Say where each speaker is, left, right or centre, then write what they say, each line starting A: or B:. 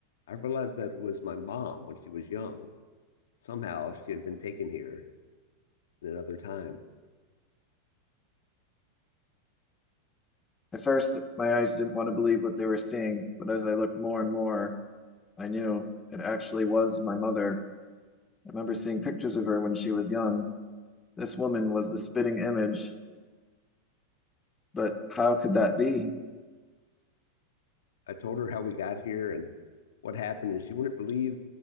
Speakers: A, on the left; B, on the left.
A: I realized that it was my mom when she was young. Somehow she had been taken here in another time.
B: At first, my eyes didn't want to believe what they were seeing, but as I looked more and more, I knew it actually was my mother. I remember seeing pictures of her when she was young. This woman was the spitting image, but how could that be?
A: I told her how we got here and what happened, and she wouldn't believe